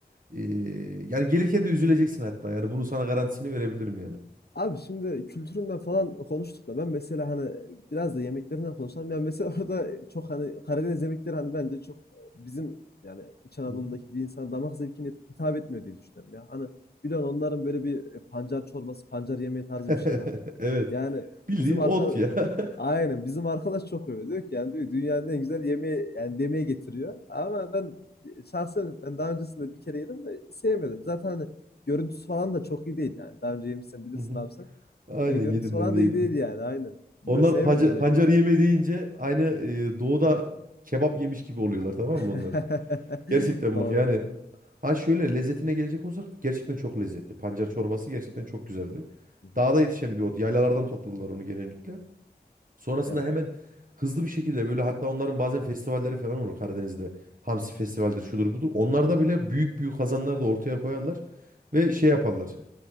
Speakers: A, on the right (about 55°); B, on the left (about 70°).
A: e, yani gelirken de üzüleceksin hatta. Yani bunu sana garantisini verebilirim yani.
B: Abi şimdi kültüründen falan konuştuk da ben mesela hani biraz da yemeklerinden konuşalım. Yani mesela <laughs> orada çok hani Karadeniz yemekleri hani bence çok e, bizim yani İç Anadolu'daki
A: Hı hı.
B: bir insan damak zevkine hitap etmiyor diye düşünüyorum ya. Hani biliyorsun onların böyle bir e, pancar çorbası, pancar yemeği tarzı
A: <laughs>
B: bir şey var.
A: Evet.
B: Yani
A: Bildiğin
B: bizim
A: ot
B: arka
A: ya. <laughs>
B: aynen bizim arkadaş çok öyle diyor ki yani diyor dünyanın en güzel yemeği yani demeye getiriyor. Ama ben e, şahsen ben daha öncesinde bir kere yedim de sevmedim. Zaten hani görüntüsü falan da çok iyi değil yani. Daha önce yemişsen bilirsin
A: Hı hı.
B: abi sen.
A: Aynen
B: Ya görüntüsü
A: yedim
B: falan
A: ben de
B: da
A: yedim.
B: iyi değil yani aynen. Bilmiyorum
A: Onlar
B: sevmedim
A: pancar,
B: ben
A: pancar
B: ya.
A: yemeği deyince aynı e, doğuda kebap yemiş gibi oluyorlar tamam
B: <laughs>
A: mı onlar? Gerçekten
B: Doğru.
A: bak yani ha şöyle lezzetine gelecek olsak gerçekten çok lezzetli. Pancar çorbası gerçekten çok güzeldir.
B: Hı hı.
A: Dağda yetişen bir ot. Yaylalardan topladılar onu genellikle. Sonrasında
B: Evet.
A: hemen hızlı bir şekilde böyle hatta onların bazen festivalleri falan olur Karadeniz'de. Hamsi
B: Hı hı.
A: festivaldir şudur budur. Onlarda bile büyük büyük kazanlar da ortaya koyarlar. Ve şey yaparlar.